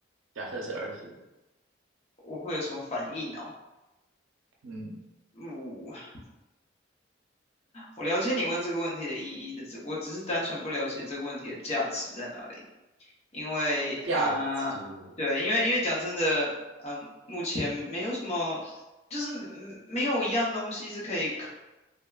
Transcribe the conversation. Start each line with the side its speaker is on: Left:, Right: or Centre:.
Right: 假设是儿时的，
Left: 我会有什么反应哦？
Right: 嗯，
Left: 我我了解你问这个问题的意义的，只我只是单纯不了解这个问题的价值在哪里。因为呃，
Right: 价值，
Left: 对，因为因为讲真的，嗯、目前没有什么，就是嗯没有一样东西是可以可，